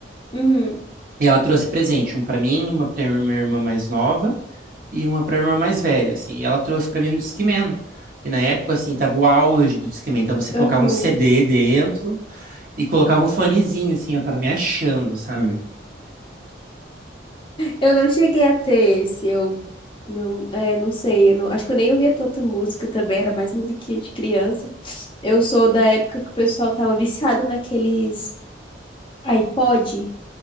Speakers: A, on the left (about 30°); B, on the right (about 50°).
A: Uhum.
B: E ela trouxe presente, um pra mim, uma pra minha irmã mais nova. e uma pra irmã mais velha, assim. E ela trouxe pra mim um Discman. E na época, assim, tava o auge do Discman. Então você colocava
A: Uhum.
B: um CD dentro e colocava um fonezinho, assim. Eu tava me achando, sabe?
A: Eu não cheguei a ter esse, eu Não, é, não sei, eu não- acho que eu nem ouvia tanta música também, era mais musiquinha de criança. Eu sou da época que o pessoal tava viciado naqueles iPod,